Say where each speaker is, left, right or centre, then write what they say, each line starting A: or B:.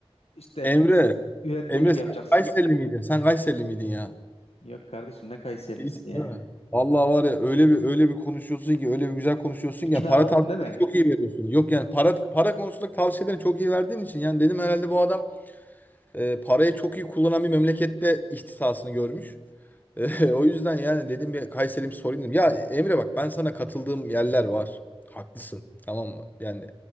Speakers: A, on the left; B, on the left.
A: işte
B: Emre,
A: yönetmenlik
B: Emre sen
A: yapacaksın?
B: Kayseri miydin? Sen Kayseri miydin ya?
A: Yok kardeşim ne Kayserilisi
B: Değilsin
A: ya.
B: değil mi? Vallahi var ya öyle bir öyle bir konuşuyorsun ki öyle bir güzel konuşuyorsun
A: İkna
B: ki yani para
A: oldun
B: tavsiyeleri
A: değil mi?
B: çok iyi veriyorsun. Yok yani para para konusunda tavsiyelerini çok iyi verdiğin için yani dedim herhalde bu adam e, parayı çok iyi kullanan bir memlekette ihtisasını görmüş. <laughs> Eee, o yüzden yani dedim bir Kayseri'm sorayım dedim. Ya Emre bak ben sana katıldığım yerler var. Haklısın. Tamam mı? Yani